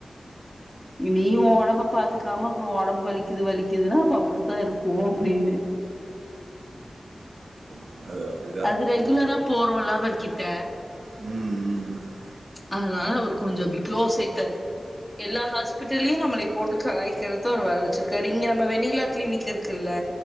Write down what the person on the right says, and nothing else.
ஆ <inaudible>
ம் ம்